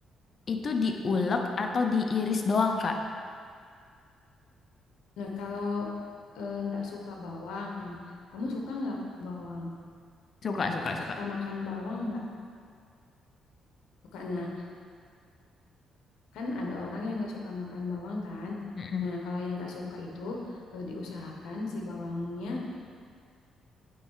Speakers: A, on the left; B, on the left.
A: itu diulek atau diiris doang, Kak?
B: Nah, kalau eh, nggak suka bawang, kamu suka nggak bawang?
A: Suka, suka, suka.
B: Suka makan bawang nggak? Suka. Nah, kan ada orang yang nggak suka makan bawang kan?
A: Mm-mm.
B: Nah, kalau yang nggak suka itu eh, diusahakan si bawangnya